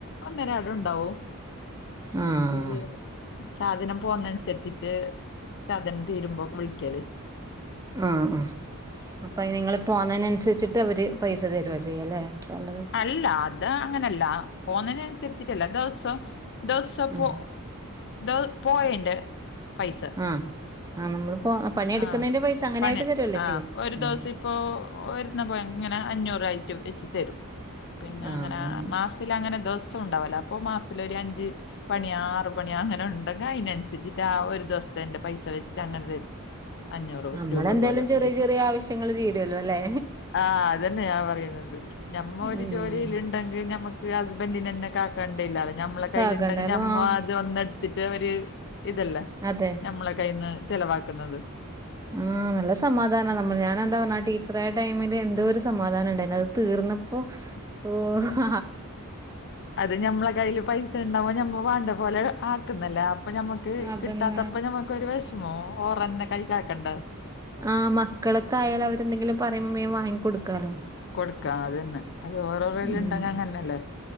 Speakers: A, on the left; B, on the right.
A: ഒന്നരട ഉണ്ടാവും
B: ആഹ്
A: പി സാധനം പോകുന്നനുസരിച്ചിട്ട് സാധനം തീരുമ്പോ വിളിക്കല്
B: ആഹ ആഹ അപ്പൊ അയിന് നിങ്ങള് പോന്നതിനനുസരിച്ചിട്ട് അവര് പൈസ തരു ചെയ്യാം ല്ലെ സാല
A: അല്ല അത് അങ്ങനല്ല പോുന്നതിന അനുസരിച്ചിട്ടല്ല ദിവസം ദിവസപ്പൊ
B: ഉം
A: ദോ പോയന്റെ പൈസ
B: ആഹ് ആഹ് നമ്മളിപ്പോ പണിയെടുക്കുന്നതിന്റെ
A: ആഹ
B: പൈസ അങ്ങനെയായിട്ട്
A: പണ
B: തരുവല്ലേ
A: ആഹ
B: ചെയ്യാ
A: ഒരു
B: ഉം
A: ദിവസംപ്പ ഇപ്പോ ഒരന്ന പോയാ ഇങ്ങനെ അഞ്ഞൂറായിയിട്ട് വെച്ചി തരും പിന്നെ
B: ആഹ്
A: അങ്ങനെ മാസത്തിൽ അങ്ങനെ ദിവസം ഉണ്ടാവലോ അപ്പൊ മാസത്തിലൊ ഒരു അഞ്ച് പണിയാ ആറ് പണിയാ അങ്ങനെ ഉണ്ടെങ്കി അതിനനുസരിച്ചിട്ട് ആ ഒരു ദിവസത്തെന്റെ പൈസ വെച്ചിട്ട് അങ്ങനെ തരും <inaudible> അഞ്ഞൂറ്
B: നമ്മളെന്തേലും
A: രൂപ പോലെ
B: ചെറിയ
A: വരും
B: ചെറിയ ആവശ്യങ്ങള് തീരുവല്ലോ അല്ലെ
A: ആഹ അതന്നെ ഞാൻ പറയുന്നത് ഞമ്മൊ ഒരു
B: ഉം
A: ജോലിൽ ഉണ്ടെങ്കിൽ ഞമ്മക്ക് ഹസ്ബൻറിെന്നെ കാക്കണ്ടല്ല ഞമ്മള കയ്യിലുണ്ടെങ്കിൽ
B: കാക്കണ്ടല്ലോ
A: നമ്മ
B: ആ
A: ഇത് ഒന്നെടുത്തിട്ട് ഒര് ഇതല്ല
B: അതെ
A: നഞമ്മളെ കയ്യിൽന്ന് ചെലവാക്കുന്നത്
B: ആഹ നല്ല സമാധാനമാണ് നമ്മൾ ഞാന എന്താ പറഞ്ഞ ആ ടീച്ചറ ആയ ടൈമില് എന്തോ ഒരു സമാധാനം ഇണ്ടായിന്നു അത് തീർന്നപ്പോ
A: <inaudible>
B: ഓ ഹ
A: അത് ഞമ്മളെ കയ്ൽ പൈസ ഉണ്ടാവൻ ഞമ്മ വാണ്ട പോലെ അക്ക് ന്നല്ലേ അപ്പൊ മ്മക്ക്
B: അതന്നെ
A: കിട്ടാത്തപ്പ ഞമ്മക്ക് ഒരു വിഷമോവും ഓറെന്നെ കൈ കാക്കേണ്ട
B: ആഹ മക്കളൊക്കെ ആയാലൽ അവരെന്തെങ്കിലും പറയുമ്പോ മേൻ വാങ്ങികൊടുക്കാലോ
A: കൊടുക്കാം അതനെ അത് ഓരോരുല്
B: ഉം
A: ഇണ്ടെങ്കല് അങ്ങന്നെല്ലേ